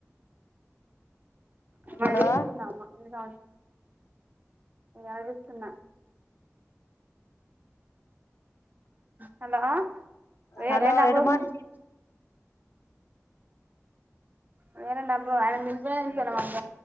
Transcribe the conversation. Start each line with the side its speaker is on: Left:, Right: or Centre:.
Right: మళ్
Left: హలో
Right: తీసుకుందాము ఎందు వరిస్తున్నా హలో వేరేంట
Left: హలో ఎటు
Right: <unintelligible>
Left: మాట్
Right: అవు వేర డబ్ అఐ నినమాట